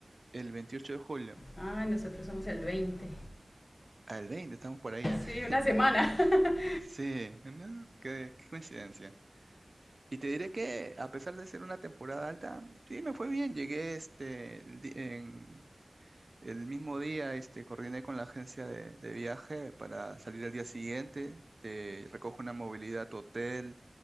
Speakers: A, on the right; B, on the left.
A: el 28 de julio,
B: Ah, nosotros somos el veinte.
A: al 20, estamos por allá.
B: Sí,
A: <laughs>
B: una semana. <laughs>
A: Sí, ¿no? Qué, qué coincidencia. Y te diré que a pesar de ser una temporada alta, sí, me fue bien. Llegué este, el di- en, El mismo día, este, coordiné con la agencia de, de viaje para salir al día siguiente. Te recojo una movilidad a tu hotel